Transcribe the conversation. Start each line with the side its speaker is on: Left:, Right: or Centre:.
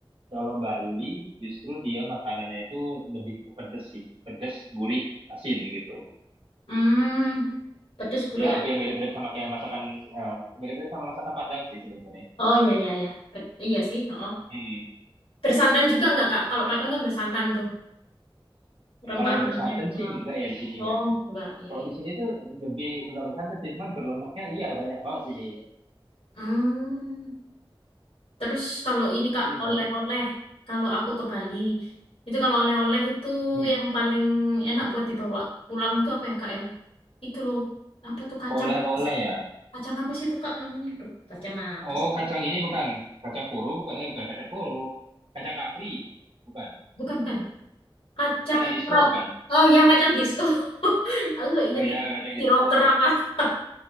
Right: Kalau Bali justru dia makanannya itu lebih ke pedes sih, pedes, gurih, asin gitu.
Left: Hmm, pedes gurih.
Right: Dia hampir mirip-mirip sama kayak masakan eh, mirip-mirip sama masakan Padang sih sebenarnya.
Left: Oh iya iya iya. Bet- iya sih. Oh.
Right: Hmm,
Left: Bersantan juga nggak Kak? Kalau
Right: iya.
Left: Padang kan bersantan tuh. Rempah-rempahnya.
Right: Kalau bersantan
Left: Wah.
Right: sih enggak ya di sini
Left: Oh
Right: ya.
Left: nggak. Iya
Right: Kalau
Left: iya.
Right: di sini tuh lebih enggak bersantan sih, cuman berlemaknya iya banyak banget ini.
Left: Hmm. Terus kalau ini Kak,
Right: Jadi di
Left: oleh-oleh,
Right: Bali
Left: kalau aku ke Bali, itu kalau oleh-oleh itu
Right: hmm,
Left: yang paling enak buat dibawa pulang tuh apa ya Kak ya? Itu loh, apa tuh kacang
Right: oleh-oleh
Left: apa sih?
Right: ya.
Left: Kacang apa sih itu Kak namanya? Duh, kacang apa
Right: Oh,
Left: sih?
Right: kacang ini bukan kacang kuru bukan? Eh, bukan kacang kuru. Kacang kapri bukan?
Left: Bukan kan? Kacang
Right: Kacang disco
Left: rok.
Right: bukan?
Left: Oh ya, kacang disco. <laughs> Aku nggak inget
Right: Oh ya, kacang disco.
Left: si rocker apa. <laughs>